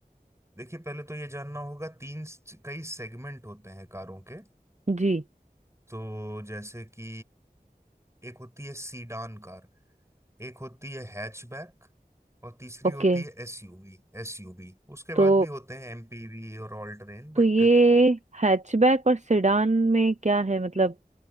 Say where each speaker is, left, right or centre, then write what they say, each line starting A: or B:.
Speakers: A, on the right; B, on the right.
A: देखिए पहले तो ये जानना होगा तीन कई सेगमेंट होते हैं कारों के
B: जी
A: तो जैसे कि एक होती है सीडान कार एक होती है हैचबैक और तीसरी
B: ओके
A: होती है एसयूवी एसयूवी उसके बाद
B: तो
A: भी होते हैं एमपीवी और ऑल टेरेन बट
B: तो ये हैचबैक और सेडान में क्या है मतलब